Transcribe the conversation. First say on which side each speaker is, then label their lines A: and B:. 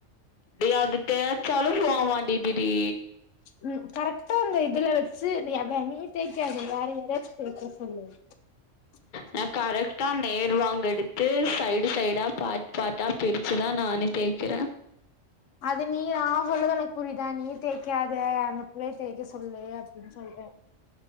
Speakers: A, on the left (about 45°); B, on the left (about 75°).
A: அது தேய்ச்சாலு போவ மாட்டிதுடி
B: ம் கரெக்டா அந்த இதுல வெச்சு நீ அதா நீ தேக்காத வேற யாராச்சு தேக்க சொல்லு <unintelligible>
A: நா கரெக்ட்டா நேர் வாங்க எடுத்து சைடு சைடா பார்ட்டு பார்ட்டா பிரிச்சுதா நானே தே க்கிற
B: அது நீ நா சொல்லது உனக்கு புரியுதா நீ தேக்காத அந்த பிள்ளைய தேக்க சொல்லு அப்டின்னு சொல்ற